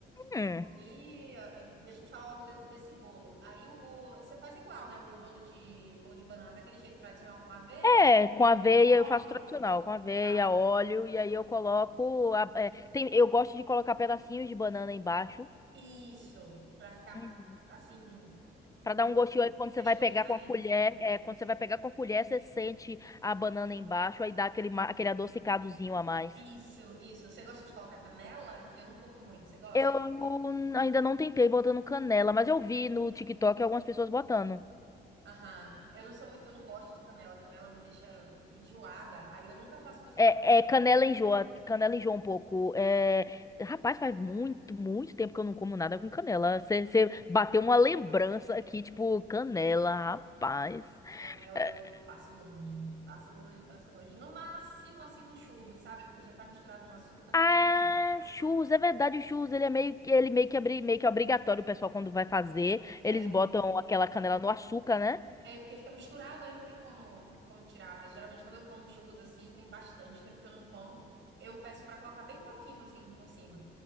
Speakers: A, on the left; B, on the right.
A: Hum.
B: Aí, eh, deixa eu te falar logo de- desse bolo. Aí o, o- você faz igual, né? O bolo de o bolo de banana daquele jeito tradicional com aveia,
A: É, com aveia,
B: óleo
A: eu faço tradicional, com aveia,
B: e tal.
A: óleo, e aí eu coloco. a- é, tem, eu gosto de colocar pedacinhos de banana embaixo.
B: Isso, para ficar
A: Uhum.
B: assim,
A: Pra
B: o-
A: dar um
B: uma
A: gostinho aí quando você
B: textura
A: vai pegar
B: diferente.
A: com a colher. É, quando você vai pegar com a colher, você sente a banana embaixo, aí dá aquele, ma- aquele adocicadozinho a mais.
B: Isso, isso. Você gosta de colocar canela? Eu não curto muito. Você gosta?
A: Eu ainda não tentei botando canela, mas eu vi no TikTok algumas pessoas botando.
B: Aham. Eu não sou muito, eu não gosto de canela. Canela me deixa enjoada. Aí eu nunca faço meus bolos
A: É,
B: de canela
A: é, canela
B: com canela.
A: enjoa, canela enjoa um pouco. É, rapaz, faz muito, muito tempo que eu não como nada com canela. Você bateu uma lembrança aqui, tipo, canela, rapaz.
B: Canela
A: É,
B: eu passo longe, passo longe, passo longe. No máximo assim no churro, sabe? Porque já tá misturado no açúcar, não
A: Ah,
B: tem jeito.
A: churros, é verdade, o churros, ele é meio que ele meio que abri, meio que é obrigatório, o pessoal quando vai fazer, eles
B: É,
A: botam aquela canela no açúcar, né?
B: é porque fica misturado, aí não tem como, como tirar. Mas geralmente quando eu como churros assim, tem bastante tempo que eu não como, eu peço pra colocar bem pouquinho assim por cima.